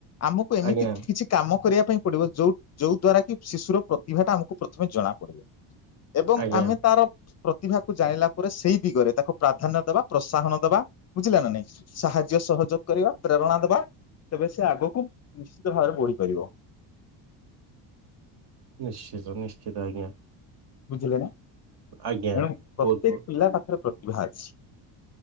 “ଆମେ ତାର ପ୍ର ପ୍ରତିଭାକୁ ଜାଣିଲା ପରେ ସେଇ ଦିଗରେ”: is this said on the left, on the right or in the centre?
Left